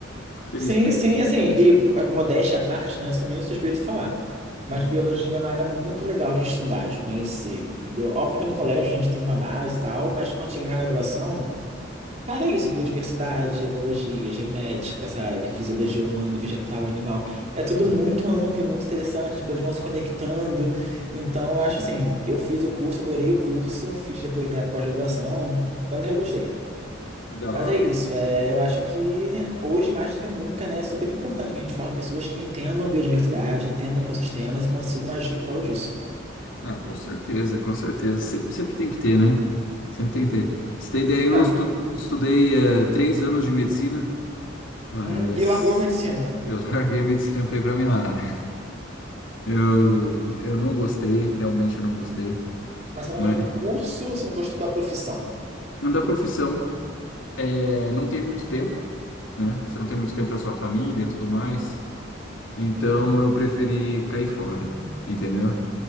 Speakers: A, on the left (about 75°); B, on the right (about 35°).
A: fico feliz
B: Sim,
A: por ele,
B: sim, assim,
A: é sério.
B: e eh, modéstia à parte, né? Eu sou meio suspeito de falar. Mas
A: Hum,
B: biologia é uma área muito legal de estudar, de conhecer, entendeu? Óbvio que no colégio a gente tem uma base e tal, mas quando chega na graduação. Cara, é isso, biodiversidade, ecologia, genética, sabe? Fisiologia humana, vegetal, animal. É tudo
A: hum,
B: muito
A: hum.
B: amplo e muito interessante, as coisas vão se conectando. Então, eu acho assim, eu fiz o curso, adorei o curso, fiz depois minha pós-graduação, tanto que eu gostei.
A: que da
B: Mas
A: hora,
B: é isso, é, eu acho que hoje, mais do que nunca, né, é super importante que a gente forme pessoas que entendam biodiversidade, entendam ecossistemas e consigam agir em prol disso.
A: Ah, com certeza, com certeza. Sempre, sempre tem que ter, né? Sempre tem que ter. Pra você ter ideia,
B: Não,
A: eu estu- estudei eh, três anos de medicina, mas
B: hum, e largou a medicina.
A: eu <laughs> larguei a medicina pra ir pra minha área. Eu, eu não gostei, realmente eu não gostei.
B: Mas você não
A: Mas
B: gostou do curso, você não gostou da profissão?
A: mas da profissão, eh, não tem muito tempo, né? Você não tem muito tempo pra sua família e tudo mais. Então eu preferi cair fora, entendeu?